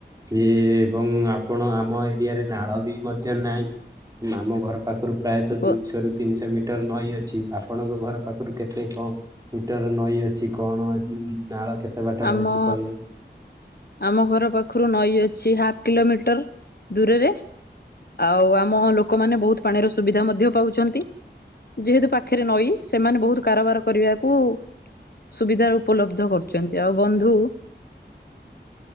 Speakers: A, on the right (about 20°); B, on the left (about 60°).
A: ସିଏ ଏବଂ ଆପଣ ଆମ ଏଆରେ ନାଳ ବି ମଧ୍ୟ ନାହିଁ ଆମ ଘର ପାଖରୁ ପ୍ରାୟତଃ
B: ବ
A: ଦୁଇଶହ ରୁ ତିନିଶହ ମିଟର ନଈ ଅଛି ଆପଣଙ୍କ ଘର ପାଖରୁ କେତେ କଣ? ଇଟର ନଈ ଅଛି କଣ ଅଛି ନାଳ କେତେ? ବାଟରେ
B: ଆମ।
A: ଅଛି କହିବେ?
B: ଆମ ଘର ପାଖରୁ ନଈ ଅଛି ହାଫ କିଲୋମିଟର ଦୂରରେ। ଆଉ ଆମ ଲୋକମାନେ ବହୁତ ପାଣିର ସୁବିଧା ମଧ୍ୟ ପାଉଛନ୍ତି। ଯେହେତୁ ପାଖରେ ନଈ ସେମାନେ ବହୁତ କାରବାର କରିବାକୁ ସୁବିଧା ଉପଲବ୍ଧ। ଛନ୍ତି ଆଉ ବନ୍ଧୁ-